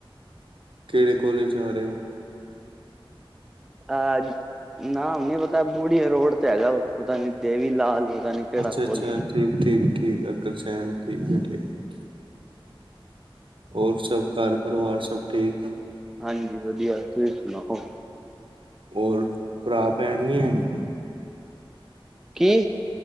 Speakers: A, on the right; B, in the centre.
A: ਕਿਹੜੇ ਕੋਲੇਜ ਜਾ ਰਹੇ ਹੋ?
B: ਅਹ ਨਾਮ ਨੀ ਪਤਾ ਬੁਰੀਏ ਰੋਡ ਤੇ ਹੈਗਾ ਪਤਾ ਨੀ ਦੇਵੀ ਲਾਲ ਪਤਾ ਨੀ। ਕਿਹੜਾ
A: ਅੱਛਾ-ਅੱਛਾ
B: ਕੋਲਜ।
A: ਠੀਕ-ਠੀਕ-ਠੀਕ ਅੱਗਰਸੈਨ ਠੀਕ-ਠੀਕ। ਹੋਰ ਸਭ ਘਰ ਪਰਿਵਾਰ ਸਭ ਠੀਕ?
B: ਹਾਂਜੀ ਵਧੀਆ ਤੁਸੀਂ ਸੁਣਾਓ?
A: ਹੋਰ ਭਰਾ ਭੈਣ ਵੀ ਹੈਨ?
B: ਕੀ?